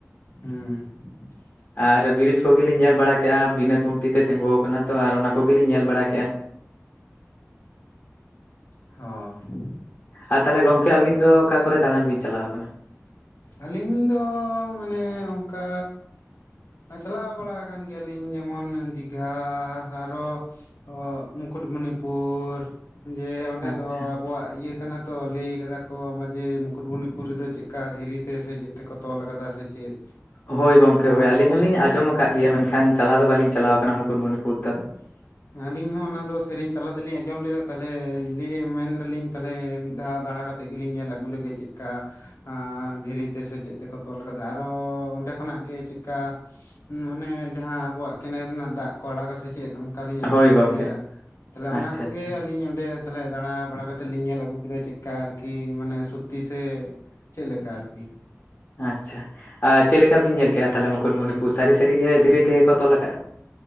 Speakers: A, on the left; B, on the left.
A: ᱦᱩᱸ <inaudible>
B: ᱟᱨ ᱵᱤᱨᱤᱡᱽ ᱠᱚᱜᱮ ᱞᱤᱧ ᱧᱮᱞ ᱵᱟᱲᱟ ᱠᱮᱜ-ᱟ ᱵᱤᱱᱟᱹ ᱠᱷᱩᱱᱴᱤ ᱛᱮ ᱛᱮᱸᱜᱳᱣ ᱟᱠᱟᱱᱟ ᱛᱚ ᱟᱨ ᱚᱱᱟ ᱠᱚᱜᱮ ᱞᱤᱧ ᱧᱮᱞ ᱵᱟᱲᱟ ᱠᱮᱜ-ᱟ᱾
A: ᱦᱚᱸ᱾
B: ᱟᱨ ᱛᱟᱦᱞᱮ ᱜᱚᱝᱠᱮ ᱟᱹᱵᱤᱱ ᱫᱚ ᱚᱠᱟ ᱠᱚᱨᱮ ᱫᱟᱬᱟᱱ ᱵᱤᱱ ᱪᱟᱞᱟᱣ ᱠᱟᱱᱟ?
A: ᱟᱹᱞᱤᱧ ᱫᱚ ᱢᱟᱱᱮ ᱚᱝᱠᱟ ᱦᱮᱸ ᱪᱟᱞᱟᱣ ᱵᱟᱲᱟ ᱟᱠᱟᱱ ᱜᱮᱭᱟ ᱞᱤᱧ ᱡᱮᱢᱚᱱ ᱫᱤᱜᱷᱟ ᱟᱨᱚ ᱚᱻ ᱢᱩᱠᱩᱴᱢᱩᱱᱤᱯᱩᱨ ᱡᱮ ᱚᱸᱰᱮ
B: ᱟᱪᱪᱷᱟ
A: ᱫᱚ ᱟᱵᱚᱣᱟᱜ ᱤᱭᱟᱹ ᱠᱟᱱᱟ ᱛᱚ ᱞᱟᱹᱭ ᱟᱠᱟᱫᱟ ᱠᱚ ᱢᱟ ᱡᱮ ᱢᱩᱠᱩᱴᱢᱩᱱᱤᱯᱩᱨ ᱨᱮᱫᱚ ᱪᱮᱜ ᱠᱟ ᱫᱷᱤᱨᱤ ᱛᱮ ᱥᱮ ᱪᱮᱫ ᱛᱮᱠᱚ ᱛᱚᱞ ᱠᱟᱫᱟ ᱥᱮ ᱪᱮᱫ?
B: ᱦᱳᱭ ᱜᱚᱝᱠᱮ,
A: ᱚᱱᱟ
B: ᱦᱳᱭ ᱟᱹᱞᱤᱧ
A: ᱠᱚ
B: ᱦᱚᱞᱤᱧ ᱟᱸᱡᱚᱢ ᱠᱟᱜ ᱜᱮᱭᱟ ᱢᱮᱱᱠᱷᱟᱱ ᱪᱟᱞᱟ ᱫᱚ ᱵᱟᱞᱤᱧ ᱪᱟᱞᱟᱣ ᱠᱟᱱᱟ ᱢᱩᱠᱩᱴᱢᱩᱱᱤᱯᱩᱨ ᱫᱚ?
A: <inaudible> ᱟᱹᱞᱤᱧ ᱦᱚᱸ ᱚᱱᱟ ᱫᱚ ᱥᱮᱨᱮᱧ ᱛᱟᱞᱟ ᱛᱮ ᱞᱤᱧ ᱟᱸᱡᱚᱢ ᱞᱮᱫᱟ ᱛᱟᱞᱦᱮ ᱞᱟᱹᱭ ᱢᱮᱱᱫᱟᱞᱤᱧ ᱛᱟᱞᱦᱮ ᱢᱤᱫ ᱫᱷᱟᱣ ᱫᱟᱬᱟ ᱠᱟᱛᱮ ᱛᱮ ᱜᱮ ᱞᱤᱧ ᱧᱮᱞ ᱟᱹᱜᱩ ᱞᱮᱜᱮ ᱪᱮᱜᱠᱟ ᱟᱸᱻ ᱫᱷᱤᱨᱤ ᱛᱮ ᱥᱮ ᱪᱮᱫ ᱛᱮᱠᱚ ᱛᱚᱞ ᱟᱠᱟᱫᱟ ᱟᱨᱚ ᱚᱸᱰᱮ ᱠᱷᱚᱱᱟᱜ ᱜᱮ ᱪᱮᱜᱠᱟ ᱢᱩᱸ, ᱚᱱᱮ ᱡᱟᱦᱟᱸ ᱟᱵᱚᱣᱟᱜ ᱠᱮᱱᱮᱞ ᱨᱮᱱᱟᱜ ᱫᱟᱜ ᱠᱚ ᱟᱲᱟᱜᱟᱥ ᱥᱮ ᱪᱮᱫ ᱚᱝᱠᱟᱞᱤᱧ ᱟᱸᱡᱚᱢ
B: ᱦᱳᱭ ᱜᱚᱝᱠᱮ
A: ᱜᱮᱭᱟ ᱛᱷᱟᱞᱮ ᱚᱱᱟ
B: ᱟᱪᱪᱷᱟ
A: ᱠᱚᱜᱮ
B: ᱟᱪᱪᱷᱟ
A: ᱟᱹᱞᱤᱧ ᱚᱸᱰᱮ ᱛᱟᱦᱞᱮ ᱫᱟᱸᱬᱟ‌ ᱵᱟᱲᱟ ᱠᱟᱛᱮ ᱞᱤᱧ ᱧᱮᱞ ᱟᱜᱩ ᱠᱮᱫᱟ ᱪᱮᱜᱠᱟ ᱟᱨᱠᱤ ᱢᱟᱱᱮ ᱥᱩᱛᱛᱤ ᱥᱮ᱾ ᱪᱮᱜ ᱞᱮᱠᱟ ᱟᱨᱠᱤ᱾
B: ᱟᱪᱪᱷᱟ ᱟ ᱪᱮ ᱞᱮᱠᱟ ᱵᱤᱱ ᱧᱮᱞ ᱠᱮᱜ-ᱟ ᱛᱷᱟᱞᱮ ᱢᱩᱠᱩᱴᱢᱩᱱᱤ ᱯᱩᱨ ᱥᱟᱹᱨᱤ ᱥᱟᱹᱨᱤᱮ ᱫᱷᱤᱨᱤ ᱛᱮᱜᱮ ᱠᱚ ᱛᱚᱞ ᱟᱠᱟᱜ-ᱟ᱾